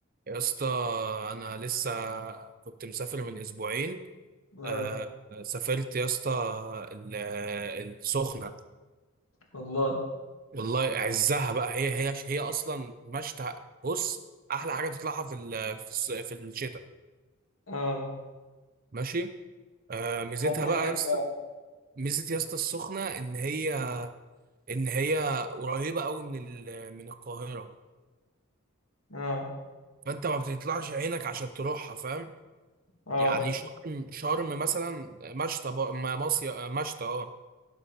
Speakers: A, on the right; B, on the left.
A: يا اسطى انا لسه كنت مسافر من اسبوعين
B: اه
A: آه سافرت يا اسطى ال- السخنه
B: الله
A: والله اعزها بقى هي هي هي اصلا مشتى بص احلى حاجه تطلعها في ال- في الص- في الشتاء
B: اه
A: ماشي آه ميزتها
B: عملت إيه
A: بقى
B: هناك
A: يا اسطى
B: بقى
A: ميزه يا اسطى السخنه ان هي ان هي قريبه قوي من ال- من القاهره
B: اه
A: فانت ما بتطلعش عينك عشان تروحها فاهم
B: اه
A: يعني
B: ف-
A: شرم شرم مثلا مشتى بقى- ما مصيف مشتى اه